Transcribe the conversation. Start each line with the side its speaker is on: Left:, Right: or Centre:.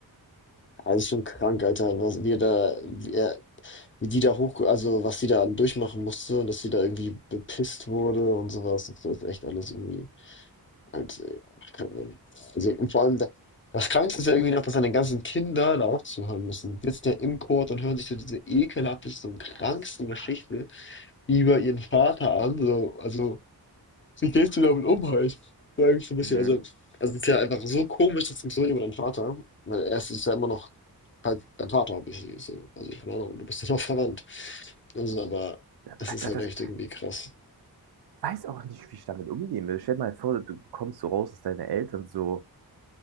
Left: also schon krank, Alter, was wir da, wie, er- wie die da hoch, also was sie da durchmachen musste und dass sie da irgendwie bepisst wurde und sowas. Das ist echt alles irgendwie. Also ja, keine Ahnung. Also und vor allem, da- das Krankste ist ja irgendwie noch, dass seine ganzen Kinder da auch zuhören müssen. Die sitzen ja im Chor und hören sich so diese ekelhafteste und
Right: Das
Left: kranksten
Right: ist so krank.
Left: Geschichte über ihren Vater an. So, also, wie gehst du damit um halt? Sag ich so ein bisschen.
Right: Mhm.
Left: Also, also es ist ja einfach so komisch, das funktioniert über deinen Vater. Weil er ist ja immer noch halt dein Vater, obviously. So. Also, keine Ahnung, du bist ja noch verwandt. Also, aber
Right: Ja,
Left: das
Right: Alter,
Left: ist halt
Right: das
Left: echt irgendwie krass.
Right: ich weiß auch nicht, wie ich damit umgehen will. Stell dir mal vor, du kommst so raus, dass deine Eltern so